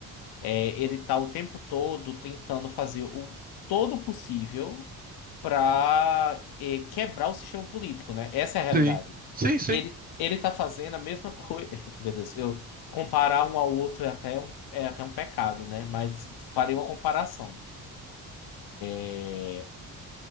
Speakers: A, on the left (about 80°); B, on the right (about 25°).
A: É, ele tá o tempo todo tentando fazer o todo possível para quebrar o sistema político, né? Essa é a realidade.
B: Sim, sim, sim.
A: Ele, ele tá fazendo a mesma coisa. <laughs> Meu Deus, eu comparar um ao outro é até um, é até um pecado, né? Mas farei uma comparação. É,